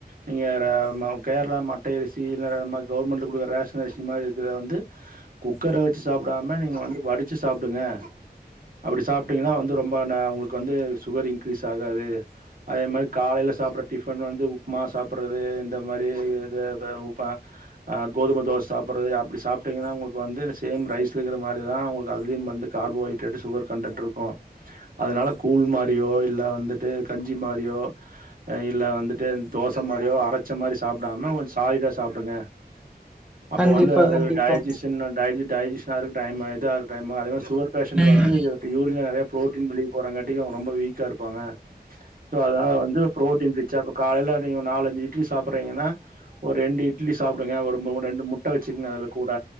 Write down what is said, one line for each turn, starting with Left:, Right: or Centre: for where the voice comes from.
Right: நீங்க கேர்ளா மட்டய அரிசில மாதிரி கவுர்மெண்ட்ல குடுக்குற ரேஷன் அரிசி மாரி இருக்கத வந்து குக்கர வச்சி சாப்டாம நீங்க வந்து வடிச்சி சாப்டுங்க அப்டி சாப்ட்டீங்கன்னா வந்து ரொம்ப ந ஒங்களுக்கு வந்து சுகர் இன்கிரீஸ் ஆகாது அதே மாரி காலைல சாப்பட்ற டிஃபன் வந்து உப்மா சாப்பட்றது இந்த மாரி இது அது உப்மா கோதும தோச சாப்பறது அப்டி சாப்ட்டீங்கன்னா ஒங்ளுக்கு வந்து சேம் ரைஸ் வக்கிற மாரிதா ஒங்ளுக்கு அதுலயு வந்து கார்போஹைட் அடுத்தது சுகர் கன்டென்ட் இருக்கு அதனால கூழ் மாரியோ இல்ல வந்துட்டு கஞ்சி மாரியோ இல்ல வந்துட்டு தோச மாரியோ அரச்ச மாரி சாப்டாம கொஜ்ஜோ சாலிடா சாப்டுங்க அப்ப
Centre: கண்டிப்பா
Right: வந்து
Centre: கண்டிப்பா
Right: டயஜிஷின் டயஜி டயஜிஷனா இருக்டு டைம் இது சுகர்
Centre: ம்
Right: வந்து வந்து இப்ப <unintelligible> நெறையா <unintelligible> போறாங்காட்டி அவெ ரொம்ப வீக்கா இருக் பாங்க சோ அதனால வந்து ப்ரோட்டின் கிச்சாகு காலைல நீங்க நாலஞ்சு இட்லி சாப்பறீங்கன்னா ஒரு ரெண்டு இட்லி சாப்டுங்க ஒரு ரெண்டு முட்ட வச்சுக்ங்க அதுல கூட